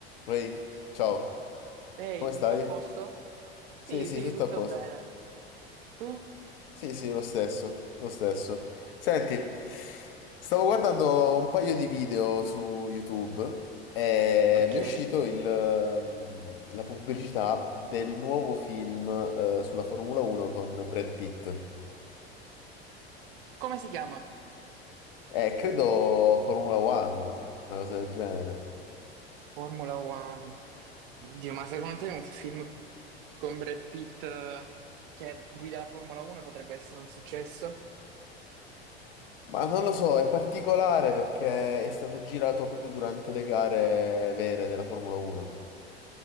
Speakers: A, on the left (about 60°); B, on the right (about 55°).
A: Ray, ciao,
B: Ehi,
A: come
B: tutto
A: stai?
B: a posto?
A: Sì,
B: Sì,
A: sì,
B: sì,
A: tutto
B: tutto
A: a posto.
B: bene. Tu?
A: Sì, sì, lo stesso, lo stesso. Senti, stavo guardando un paio di video su YouTube e
B: Ok,
A: mi è uscito il, ehm, la pubblicità del nuovo film, eh, sulla Formula 1 con Brad Pitt.
B: Come si chiama?
A: Eh, credo Formula One, una cosa del genere.
B: Formula One. Oddio, ma secondo te un film con Brad Pitt eh, che guida la Formula 1 potrebbe essere un successo?
A: Ma non lo so, è particolare perché è stato girato proprio durante le gare vere della Formula 1.